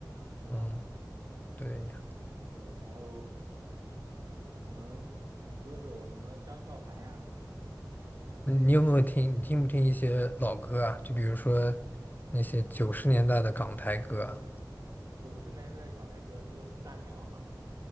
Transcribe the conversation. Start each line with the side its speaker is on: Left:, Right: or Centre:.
Right: 对吧？
Left: 嗯，对呀，
Right: 嗯，对，还有嗯，可能女歌手什么张韶涵呀那些。
Left: 嗯你你有没有听？你听不听一些老歌啊？就比如说那些九十年代的港台歌啊，
Right: 九十年代港台歌就是四大天王嘛，